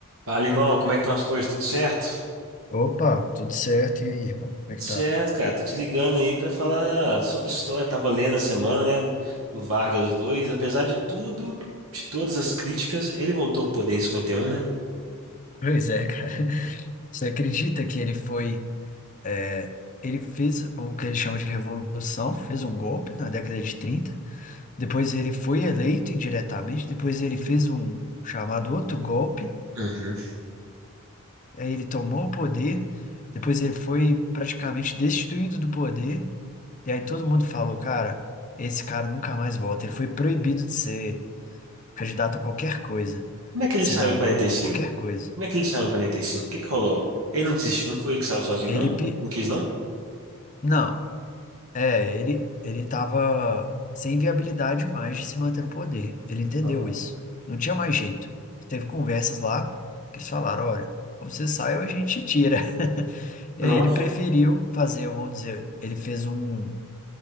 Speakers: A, on the right; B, on the left.
A: Fala, irmão, como é que estão as coisas? Tudo certo?
B: Opa, tudo certo, e aí, irmão? Como
A: Tudo
B: é que
A: certo,
B: tá?
A: cara. Tô te ligando aí pra falar sobre história. Tava lendo a semana, né, do Vargas dois. Apesar de tudo, de todas as críticas, ele voltou pro poder em 51, né?
B: Pois é, cara. <laughs> Você acredita que ele foi. é, ele fez o que ele chama de revolução, fez um golpe na década de 30. Depois ele foi eleito indiretamente. Depois ele fez um chamado outro golpe.
A: Uhum.
B: Aí ele tomou o poder. Depois ele foi praticamente destituído do poder. E aí todo mundo falou, cara, esse cara nunca mais volta. Ele foi proibido de ser candidato a qualquer coisa,
A: Como é que ele
B: senador,
A: saiu em quarenta e cinco?
B: qualquer coisa.
A: Como é que ele saiu em 45? O que que rolou? Ele não desistiu, não foi ele que saiu sozinho,
B: Ele,
A: não?
B: pe-
A: Não quis, não?
B: não, é, ele, ele tava sem viabilidade mais de se manter no poder. Ele entendeu
A: Ah.
B: isso. Não tinha mais jeito. Ele teve conversas lá que eles falaram, olha, ou você sai ou a gente te tira. <laughs> E
A: Nossa,
B: aí ele preferiu fazer, vamos dizer, ele fez um,